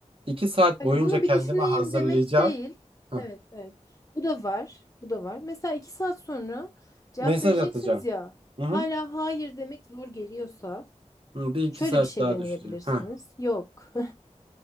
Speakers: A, on the right; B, on the left.
A: İki saat
B: Hani
A: boyunca
B: bunu
A: kendime
B: bir düşüneyim
A: hazırlayacağım.
B: demek değil.
A: Heh.
B: Evet, evet. Bu da var. Bu da var. Mesela iki saat sonra cevap
A: Mesaj
B: vereceksiniz
A: atacağım.
B: ya.
A: Hı
B: Hala
A: hı.
B: hayır demek zor geliyorsa
A: Hı, Bir iki
B: şöyle
A: saat
B: bir şey
A: daha
B: deneyebilirsiniz.
A: düşüneceğim. Heh.
B: Yok.